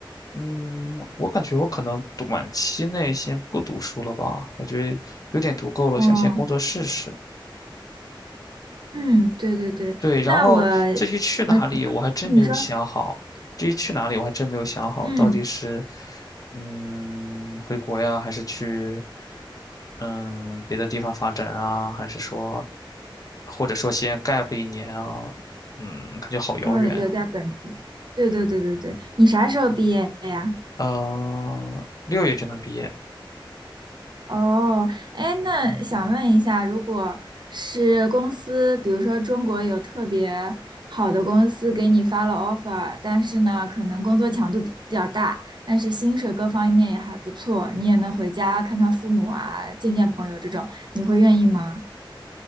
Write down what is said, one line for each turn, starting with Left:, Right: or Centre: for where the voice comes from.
Left: 嗯，我感觉我可能短期内先不读书了吧，感觉有点读够了，
Right: 哦，
Left: 想先工作试试。
Right: 嗯，对对对，
Left: 对，然后至于去哪里，
Right: 那我我们
Left: 我还真没有想好。
Right: 你说，
Left: 至于去哪里，我还真没有想好，
Right: 嗯，
Left: 到底是嗯回国呀，还是去嗯别的地方发展啊，还是说或者说先 gap 一年啊？嗯，感觉好遥远啊。
Right: 哦，留在本地，对对对对对，你啥时候毕业呀？
Left: 嗯、六月就能毕业，
Right: 哦，哎，那想问一下，如果是公司，比如说中国有特别好的公司给你发了 offer，但是呢，可能工作强度比较大，但是薪水各方面也还不错，你也能回家看看父母啊，见见朋友这种，你会愿意吗？